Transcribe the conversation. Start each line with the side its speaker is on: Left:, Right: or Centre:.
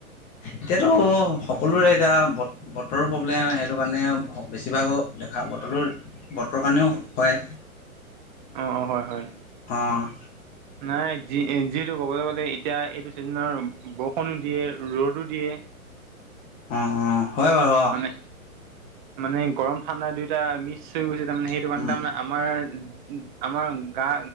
Left: এতিয়াতো সকলোৰে এতিয়া বত বতৰৰ প্ৰব্লেম সেইটো কাৰণে বেছিভাগ দেখা বতৰৰ বতৰৰ কাৰণেও হয়।
Right: অ', অ', হয় হয়।
Left: অ',।
Right: নাই যি যিহেতু ক'বলে গ'লে এতিয়া এইটো চিজনত বৰষুণো দিয়ে ৰ'দো দিয়ে
Left: অ', অ', হয় বাৰু
Right: মানে মানে গৰম ঠাণ্ডা দুইটা মিক্স হৈ গৈছে তাৰমানে সেইটো
Left: অ
Right: কাৰণে তাৰমানে আমাৰ আমাৰ গা